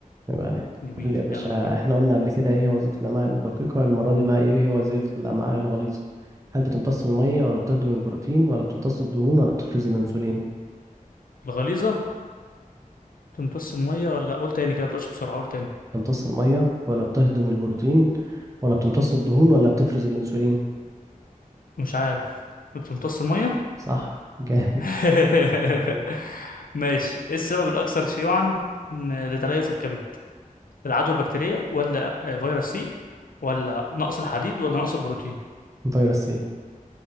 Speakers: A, on the right (about 25°); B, on the left (about 75°).
A: يبقى عليك
B: جميل
A: قول لي يا باشا
B: يلا بينا
A: احنا قلنا قبل كده ايه هي وظيفة الامعاء الدقيقة المرة دي بقى ايه هي وظيفة الامعاء الغليظة هل بتمتص المية ولا بتهضم البروتين ولا بتمتص الدهون ولا بتفرز الانسولين
B: الغليظة بتمتص المية ولا قول تاني كده بتقولش بسرعة قول تاني
A: بتمتص المية ولا بتهضم البروتين ولا بتمتص الدهون ولا بتفرز الأنسولين
B: مش عارف بتمتص المية
A: صح جامد
B: <laughs>
A: بالظبط.
B: ماشي ايه السبب الاكثر شيوعا ن- لتليف الكبد العدوى البكتيرية ولا آه، فيروس سي ولا نقص الحديد ولا نقص البروتين
A: فيروس سي